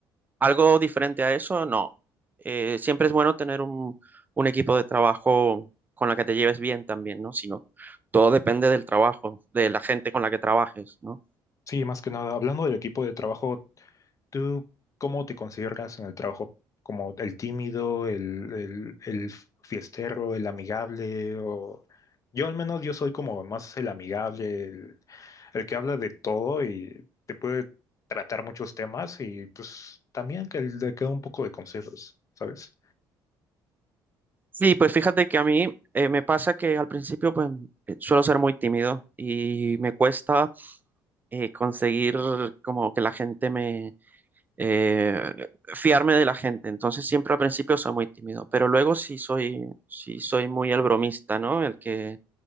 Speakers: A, on the right; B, on the left.
A: Algo diferente a eso, no. Eh, siempre es bueno tener un, un equipo de trabajo con la que te lleves bien también, ¿no? Sino todo depende del trabajo, de la gente con la que trabajes, ¿no?
B: Sí, más que nada, hablando del equipo de trabajo. ¿Tú cómo te consideras en el trabajo? ¿Como el tímido, el, el- el fiestero, el amigable? O... Yo al menos yo soy como más el amigable, el, el que habla de todo y te puede tratar muchos temas y pues también que le queda un poco de consejos, ¿sabes?
A: Sí, pues fíjate que a mí eh, me pasa que al principio pues eh, suelo ser muy tímido y me cuesta eh, conseguir como que la gente me eh, fiarme de la gente. Entonces siempre al principio soy muy tímido, pero luego sí soy sí soy muy el bromista, ¿no? El que